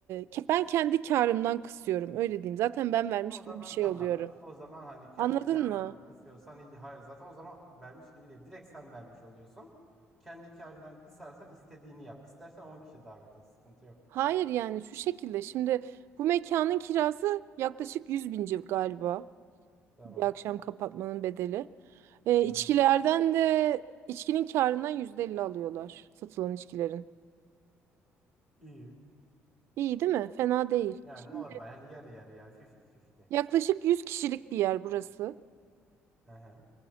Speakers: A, on the right; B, in the centre.
A: ke- ben kendi karımdan kısıyorum öyle diyeyim. Zaten ben vermiş
B: O zaman
A: gibi bir şey
B: tamam.
A: oluyorum.
B: O zaman hani kendi
A: Anladın
B: karından
A: mı?
B: kısıyorsan hiç, hayır zaten o zaman vermiş gibi değil. Direkt sen vermiş oluyorsun. Kendi karından kısarsan istediğini yap. İstersen 10 kişi davet et. Sıkıntı yok.
A: Hayır yani şu şekilde şimdi bu mekanın kirası yaklaşık 100 bin civ- galiba.
B: Tamam.
A: Bir akşam kapatmanın bedeli. E,
B: Hı
A: içkilerden
B: hı.
A: de içkinin karından %50 alıyorlar satılan içkilerin.
B: İyi.
A: İyi değil mi? Fena değil.
B: Yani
A: Şimdi
B: normal hani yarı yarıya 50-50.
A: yaklaşık 100 kişilik bir yer burası.
B: Hı hı,